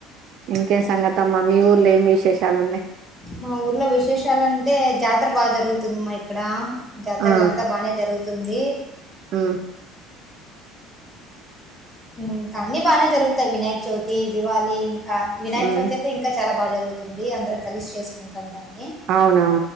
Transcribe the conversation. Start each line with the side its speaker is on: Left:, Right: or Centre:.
Right: ఇంకేం సంగత అమ్మా మీ ఊర్లో ఏం విశేషాలు ఉన్నాయి
Centre: మా ఊర్లో విశేషాలంటే జాతర బాగా జరుగుతుందమ్మా ఇక్కడ జాతరలంతా
Right: ఆ
Centre: బానే జరుగుతుంది
Right: ఉమ్
Centre: ఇంకా అన్ని బాగానే జరుగుతాయి వినాయక చవితి దివళి ఇంకా వినాయక
Right: ఉమ్
Centre: చవితి అయితే ఇంకా చాలా బాగ జరుగుతుంది అందరం కలిసి చేసుకుంటాం దాన్ని.
Right: అవునా